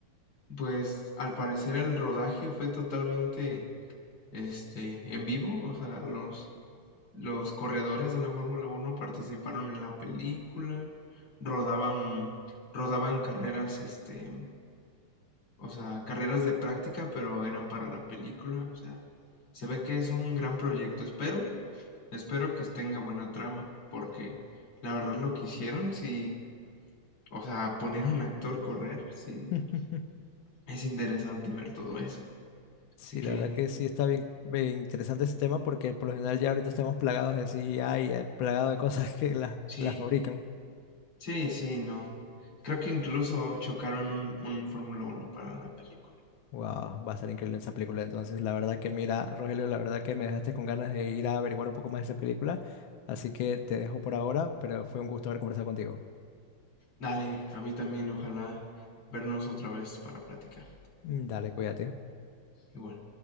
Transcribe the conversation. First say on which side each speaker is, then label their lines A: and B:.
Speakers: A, on the left (about 85°); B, on the left (about 70°).
A: Pues al parecer el rodaje fue totalmente este, en vivo, o sea, los, los corredores de la Fórmula Uno participaron en la película, rodaban, rodaban carreras este, O sea, carreras de práctica, pero eran para la película. O sea, se ve que es un gran proyecto. Espero, espero que tenga buena trama, porque la verdad lo que hicieron, sí, o sea, poner un actor correr, sí,
B: <laughs>
A: es interesante ver todo eso.
B: Sí,
A: Así que,
B: la verdad que sí está bien, bien interesante ese tema porque por lo general ya ahorita estamos plagados de CGI, eh, plagados de cosas <laughs> que las
A: sí,
B: las fabrican.
A: sí, sí, no. Creo que incluso chocaron un, un Fórmula uno para la película.
B: Wow, va a estar increíble esa película. Entonces, la verdad que mira, Rogelio, la verdad que me dejaste con ganas de ir a averiguar un poco más de esa película. Así que te dejo por ahora, pero fue un gusto haber conversado contigo.
A: Dale, a mí también, ojalá vernos otra vez para platicar.
B: Mm, Dale, cuídate.
A: Igual.